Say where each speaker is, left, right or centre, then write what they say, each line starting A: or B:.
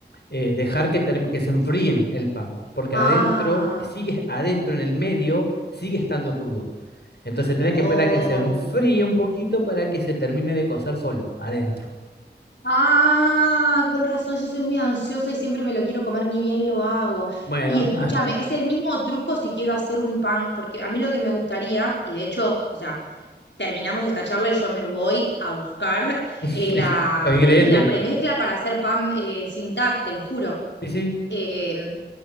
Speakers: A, on the left; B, on the left.
A: eh, dejar que, term- que se enfríen el pan, porque
B: Ah,
A: adentro, sigue adentro en el medio, sigue estando crudo. Entonces tenés
B: oh.
A: que esperar que se enfríe un poquito para que se termine de cocer solo, adentro.
B: Ah, con razón, yo soy muy ansiosa y siempre me lo quiero comer, ni bien lo hago.
A: Bueno,
B: Y escúchame, es el mismo truco si quiero hacer un pan, porque a mí lo que me gustaría, y de hecho, o sea, terminamos esta charla y yo me voy a buscar
A: <laughs>
B: eh, la,
A: los ingredientes.
B: <clears throat> la premezcla para hacer pan eh, sin tac, te lo juro.
A: Sí, sí.
B: Eh,